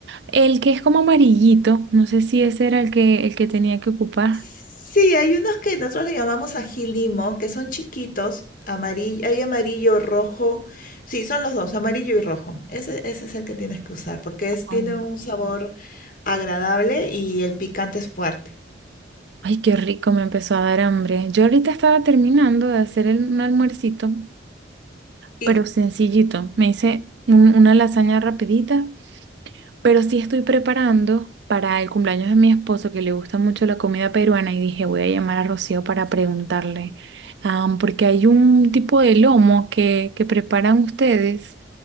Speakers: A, on the right; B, on the left.
A: El que es como amarillito, no sé si ese era el que, el que tenía que ocupar.
B: Sí, hay unos que nosotros le llamamos ají limo, que son chiquitos, amarillo, hay amarillo, rojo. Sí, son los dos, amarillo y rojo. Ese, ese es el que tienes que usar, porque es,
A: Ah,
B: tiene un sabor agradable y el picante es fuerte.
A: Ay, qué rico, me empezó a dar hambre. Yo ahorita estaba terminando de hacer el- un almuercito,
B: Y
A: pero sencillito. Me hice un- una lasaña rapidita Pero sí estoy preparando para el cumpleaños de mi esposo, que le gusta mucho la comida peruana, y dije, voy a llamar a Rocío para preguntarle, ah, porque hay un tipo de lomo que, que preparan ustedes,